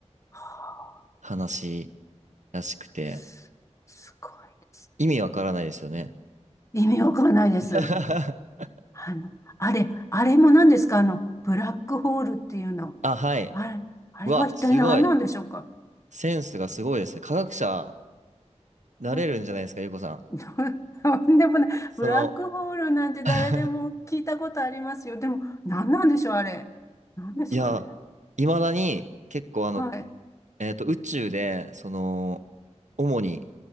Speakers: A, on the left (about 25°); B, on the right (about 85°).
A: はあ、
B: 話らしくて、
A: す、すごいです。
B: 意味わからないですよね。
A: 意味わかんないです。
B: <laughs>
A: あの、あれ、あれも何ですかあの、ブラックホールっていうの。
B: あ、はい。
A: あれ、あれは一体何なんでしょうか
B: うわ、すごい。センスがすごいですね。科学者、なれるんじゃないですか、
A: え
B: ゆうこさん。
A: <laughs> とんでもない。
B: その、
A: ブラックホールなんて誰でも聞いたことありますよ。
B: <laughs>
A: でも、何なんでしょう、あれ。何ですかね。
B: いや、いまだに結構あの、
A: はい。
B: えっと、宇宙で、その、主に